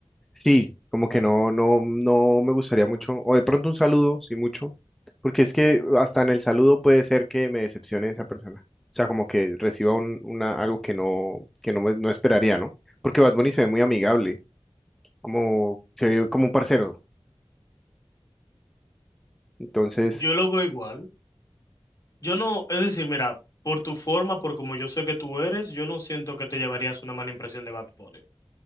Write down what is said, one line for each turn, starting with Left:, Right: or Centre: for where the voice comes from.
Centre: Sí, como que no, no, no me gustaría mucho, o de pronto un saludo, sí mucho, porque es que hasta en el saludo puede ser que me decepcione esa persona. O sea, como que reciba un, una, algo que no, que no, me- no esperaría, ¿no? Porque Bad Bunny se ve muy amigable, como, se ve como un parcero. Entonces,
Left: Yo lo veo igual. Yo no, es decir, mira, por tu forma, por como yo sé que tú eres, yo no siento que te llevarías una mala impresión de Bad Bunny.